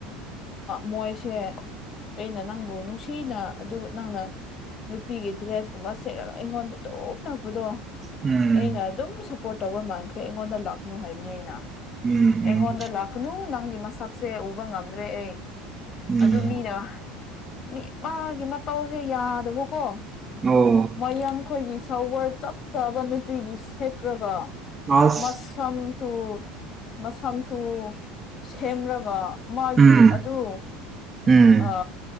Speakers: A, on the left; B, on the right.
A: ꯃꯣꯏꯁꯦ ꯑꯩꯅ ꯅꯪꯕꯨ ꯅꯨꯡꯁꯤꯅ ꯑꯗꯨ ꯅꯪꯅ ꯅꯨꯄꯤꯒꯤ ꯗ꯭ꯔꯦꯁꯀꯨꯝꯕ ꯁꯦꯠꯔꯒ ꯑꯩꯉꯣꯟꯗ ꯇꯞ ꯅꯛꯄꯗꯣ
B: ꯎꯝ
A: ꯑꯩꯅ ꯑꯗꯨꯝ ꯁꯞꯄꯣꯔꯠ ꯇꯧꯕ ꯃꯥꯟꯈ꯭ꯔꯦ ꯑꯩꯉꯣꯟꯗ ꯂꯥꯛꯀꯅꯨ ꯍꯥꯏꯕꯅꯤ ꯑꯩꯅ
B: ꯎꯝ
A: ꯑꯩꯉꯣꯟꯗ ꯂꯥꯛꯀꯅꯨ ꯅꯪꯒꯤ ꯃꯁꯛꯁꯦ ꯎꯕ ꯉꯝꯗ꯭ꯔꯦ ꯑꯩ
B: ꯎꯝ
A: ꯑꯗꯨ ꯃꯤꯅꯦ ꯃꯤ ꯃꯥꯒꯤ ꯃꯇꯧꯁꯦ ꯌꯥꯗꯕꯀꯣ
B: ꯑꯣ
A: ꯃꯌꯡꯈꯣꯏꯒꯤ ꯁꯋꯔ ꯆꯞ ꯆꯥꯕ ꯅꯨꯄꯤꯒꯤ ꯁꯦ꯭ꯔꯒ
B: ꯑꯁ
A: ꯃꯝꯁꯨ ꯃꯁꯝꯁꯨ ꯁꯦꯝꯂꯒ ꯃꯥꯒꯤ
B: ꯎꯝ
A: ꯑꯗꯨ
B: ꯎꯝ
A: ꯑ